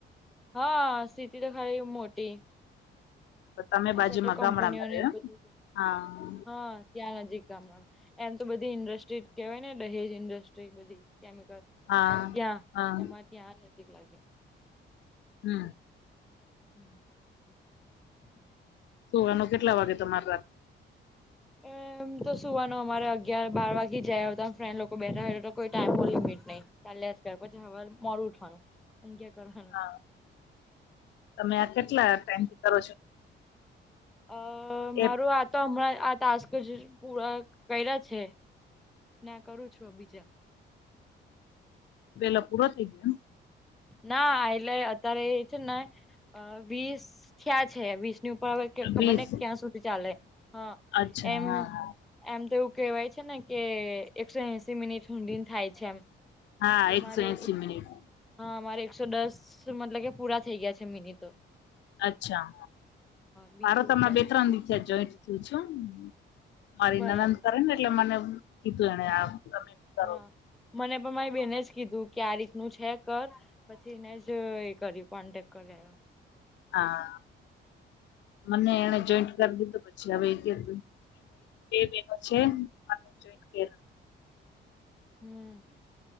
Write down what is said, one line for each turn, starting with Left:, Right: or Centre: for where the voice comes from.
Centre: હા સિટી તો ખારિ મોટી.
Left: તો તમે
Centre: આ
Left: બાજુમાં
Centre: સાઈડ તો કંપનીઓને
Left: ગામડામાં રહ્યો
Centre: એવું
Left: એમ
Centre: બધું
Left: હા.
Centre: હા ત્યાં નજીક ગામડા એમ તો બધી ઇન્ડસ્ટ્રી કેહેવાય ને દહેજ ઇન્ડસ્ટ્રી બધી કેમિકલ
Left: હા
Centre: તો ત્યાં
Left: હા
Centre: તમારે ત્યાં આ નજીક લાગે.
Left: હમ.
Centre: <inaudible>
Left: સુવા ન કેટલા વાગે તમારે રાત.
Centre: એમ તો સુવા ન અમારે અગિયાર બાર વાગે જયા ફ્રેન્ડ લોકો બેઠા તો કોઈ ટાઈમ ન લિમિટ નહીં. ચલે્યાસ કર પછી હવે મોરું ઉઠવાનું ઊંઘ્યા કરવાનું.
Left: હા તમે આ કેટલા ટાઈમથી કરો છો.
Centre: અ મારું
Left: એ
Centre: આ તો હમણાં આ તાસ્ત. જ પૂરા કર્યા છે ને કરું છું બીજા.
Left: પેલો પૂરો થઈ ગયો એમ.
Centre: ના એલે અત્યારે એ છે ને વીસ. ક્યાં છે વીસની ઉપર હ
Left: એમ
Centre: ખબર
Left: વીસ
Centre: ને ક્યાં સુધી ચાલે હા
Left: અચ્છા
Centre: એમ.
Left: હા હા
Centre: એમ તો એવું કહેવાય છે ને કે એકસો એસી મિનિટ ઊડી થાય છે એમ.
Left: હા
Centre: તો
Left: એકસો
Centre: મારે
Left: એશ મનિટ.
Centre: હા અમારે એકસો દસ મતલબ કે પૂરા થઈ ગયા છે મિનિ તો.
Left: અચ્છા
Centre: બીજું
Left: મારો તમે
Centre: ઉપરની
Left: બે ત્રણ દિ થ્યા જોઈન્ટ થયું છે.
Centre: બાકી
Left: મારી
Centre: બરાબર
Left: નનંદ કરે ને એટલે મને કીધું એને આ તમે. કરો
Centre: હા મને પણ મારી બેને જ કીધું કે આ રીત નું છે કર. પછી એને જ એ કર્યું કોન્ટેક્ટ કરાયો.
Left: હા મને એને જોઈન્ટ. <unintelligible> પછી હવે એ કે બે બેનો છે અને જોઈ કેન
Centre: હમ્મ.